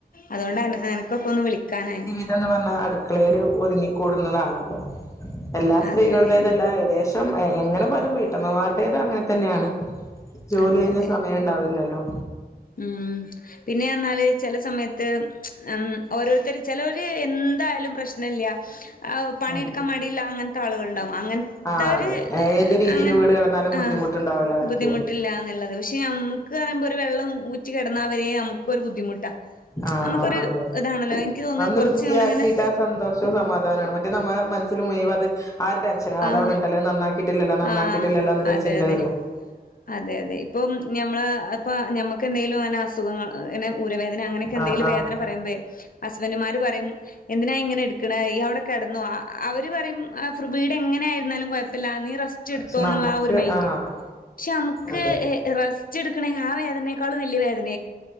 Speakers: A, on the left; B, on the left.
A: അതോണ്ട് അൻ അനക്കൊക്കോന്ന് വിളിക്കാനായി
B: ഇതെന്ന് പറഞ്ഞാൽ അട്ക്ക്ളെല് ഒതുങ്ങിക്കൂടുന്നതാണല്ലോ എല്ലാ സ്ത്രീകളുടെതല്ല
A: അതെ അതെ
B: ഏകദേശ് തും എങ്ങനെ പോയലും വീട്ടമ്മമാരുടേത് അങ്ങൻ തന്നെയാണ് ജോലി
A: അതെ
B: കഴിഞ്ഞാ
A: അതെ
B: സമയണ്ടാവില്ലല്ലോ.
A: ഉം. പിന്നെ അർണാല് ചെല സമയത്ത് ഉം ഓരോര്ത്തര് ചെലോര് എന്തായാലും പ്രശ് ണല്ല്യ അയ് പണി
B: ഉം
A: ഇട്ക്കാൻ മടില്ലാ അങ്ങൻ ത്ത ആളുകള്ണ്ടാവും അങ്ങൻത്തോര്
B: ആഹ് അതെ ഏത് രീതിയില്
A: അങ്ങൻ
B: വീട് കിടന്നാലും ബുദ്ധിമുട്ടുണ്ടാവൂല
A: ആഹ്
B: അവർക്ക്
A: ബുദ്ധിമുട്ടില്ലന്ന്ള്ളെയ്. പഷെ ഞമക്ക് അറിമ്പോ ഒര് വെള്ളം ഊറ്റി കെടന്നാ വേം ഞമക്കൊര് ബുദ്ധിമുട്ടാ.
B: ആഹ്
A: നമുക്കൊരു
B: ആഹ് അതെ
A: ഇതാണല്ലോ എനിക്ക് തോന്നുന്നു
B: അന്ന്
A: കൊറച്ച്
B: വൃത്തിയാക്കിട്ട്
A: നമ്മളിങ്ങനെ
B: ആഹ് സന്തോഷ് റ്റവും സമാധാനാണ് മറ്റേ ന്നമ്മളെ മനസ്സില് മുഴുവത്. ആഹ് ഒര് ടെൻഷനാ അതവ്ടെണ്ടല്ലോ
A: ആഹ്
B: അഹ് ന്നന്നാക്കിട്ടില്ലല്ലോ നന്നാക്കിയിട്ടില്ലല്ലോ
A: ആഹ്
B: ന്ന്ള്ളോര്
A: അതെ
B: ചിന്ത
A: അതെ
B: വെരും.
A: അതെ അതെ ഇപ്പോം ഞമ്മള ഇപ്പ ഞമ്മക്ക് എന്തെലും അങ്ങനെ അസുഖങ്ങ ങ്ങെനെ ഊരവേദന അങ്ങനെക് ക്കെന്തെങ്ക്ലും
B: ആഹ് ആഹ്
A: വേദന പറയ്മ്പേയ് അസ്ബെന്റെമാര് പറിം എന്തിനാ ഇങ്ങനെ ഇട്ക്ക്ണെ ഈ ഔടെ കെടന്നോ അ അവര് പറിം അ ഫ്രീബെടെങ്ങനെ ങ്ങെനെര്ന്നാലും കൊയപ്പല്ല ന്നി റസ്റ്റ്‌ട്ത്തോന്ന്ള്ള
B: പക്ഷെ നമുക്ക്
A: ആഹ് ഒരുമെയിൻഡ്
B: ആഹ്
A: ഷെ അംക്ക്
B: അതെ
A: എഹ് റെസ് ജ്ജ്ട്ക്ക്ണി ആ വേദനെക്കാളും വല്ല്യേ വേദനെ